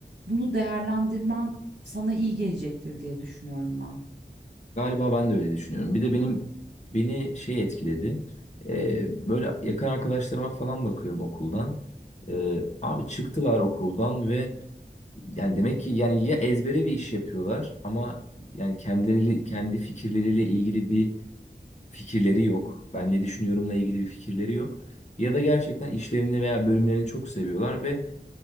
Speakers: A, on the right (about 65°); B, on the left (about 40°).
A: bunu değerlendirmen sana iyi gelecektir diye düşünüyorum ben.
B: Galiba ben de öyle düşünüyorum. Bir de benim beni şey etkiledi. Ee, böyle yakın arkadaşlarıma falan bakıyorum okuldan. Ee, abi çıktılar okuldan ve yani demek ki yani ya ezbere bir iş yapıyorlar ama yani kendileri kendi fikirleriyle ilgili bir fikirleri yok. Ben ne düşünüyorumla ilgili bir fikirleri yok. Ya da gerçekten işlerini veya bölümlerini çok seviyorlar ve